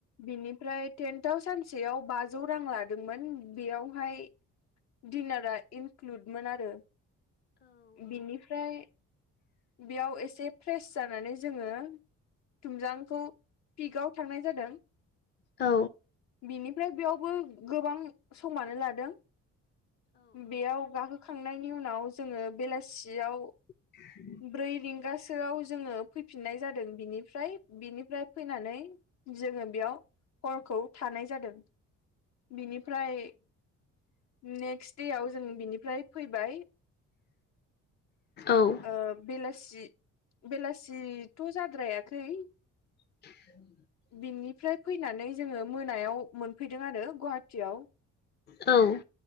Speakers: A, on the left (about 60°); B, on the left (about 35°).
A: बिनिफ्राय टेन्टआव सानसेयाव बाजौ रां लादोंमोन, बेयावहाय दिनारा इनक्लुदमोन आरो। बेनिफ्राय बेयाव एसे फ्रेस जानानै जोङो तुमजांखौ पिकआव थांनाय जादों।
B: औ।
A: बेनिफ्राय बेयावबो गोबां समानो लादों। बेयाव गाखो खांनायनि उनाव जोङो बेलासियाव
B: <unintelligible>
A: ब्रै रिंगासोआव जोङो फैफिननाय जादों बिनिफ्राय। बिनिफ्राय फैनानै जोङो बेयाव हरखौ थानाय जादों। बिनिफ्राय नेक्स्ट देयाव जों बिनिफ्राय फैबाय।
B: औ।
A: ओ बेलासि, बेलासिथ' जाद्रायाखै
B: <unintelligible>
A: बिनिफ्राय फैनानै जोङो मोनायाव मोनफैदों आरो गुवाहाटियाव।
B: औ।